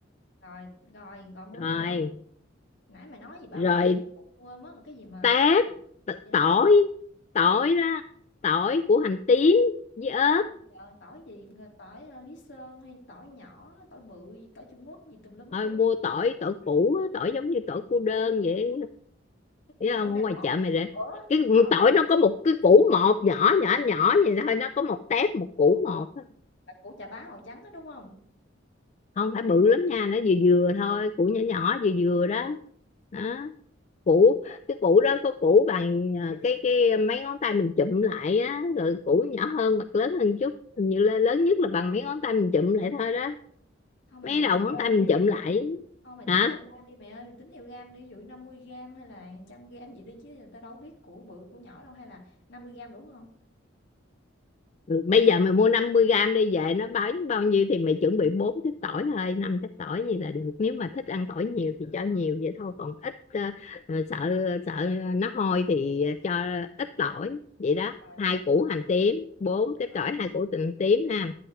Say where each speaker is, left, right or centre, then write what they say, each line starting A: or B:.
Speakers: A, on the left (about 65°); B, on the left (about 35°).
A: Rồi, rồi, rồi mua
B: rồi
A: gì nữa? Nãy mày nói gì ba
B: rồi
A: mấy cái phụ phụ tui quên mất rồi, cái gì mà
B: tép
A: gì đó,
B: tỏi tỏi đó tỏi của hành tím với ớt
A: tỏi gì giờ? Tỏi gì, ờ, tỏi, a, Lý Sơn hay tỏi nhỏ, tỏi bự gì, tỏi Trung Quốc gì tùm lum hết
B: thôi
A: trơn
B: mua
A: á.
B: tỏi tỏi củ tỏi giống như tỏi cô đơn vậy
A: <laughs>
B: thấy
A: Tỏi
B: không
A: nào
B: ở ngoài
A: hả?
B: chợ mày rồi
A: Ủa,
B: cái
A: tỏi
B: tỏi
A: này
B: nó có một cái củ một nhỏ nhỏ nhỏ vậy thôi nó có một tép một củ một thôi.
A: là của chà bá màu trắng á, đúng không,
B: không phải bự lắm nha nó vừa vừa thôi củ nhỏ nhỏ vừa vừa đó đó củ cái củ đó có củ bằng à, cái cái mấy ngón tay mình chụm lại á rồi củ nhỏ hơn hoặc lớn hơn chút hình như là lớn nhất là bằng mấy ngón tay mình chụm lại thôi đó
A: Hông, mày
B: mấy
A: dùng
B: đầu
A: từ
B: ngón
A: gam
B: tay mình
A: đi.
B: chụm lại
A: Thôi mày tính
B: hả
A: theo gam đi mẹ ơi, mày tính theo gam đi, ví dụ 50 gram hay là 100 gram gì đi chứ giờ tao đâu biết của bự của nhỏ đâu hay là 50 gram đủ không?
B: Ừ, bây giờ mày mua 50 gram đi về nó bao bao nhiêu thì mày chuẩn bị bốn trái tỏi thôi năm trái tỏi gì là được nếu mà thích ăn tỏi nhiều thì cho nhiều vậy thôi còn ít ờ, ờ, sợ sợ nó hôi thì cho ít tỏi vậy đó
A: Rồi,
B: hai củ
A: rồi,
B: hành tím bốn trái
A: rồi,
B: tỏi hai củ hành tím ha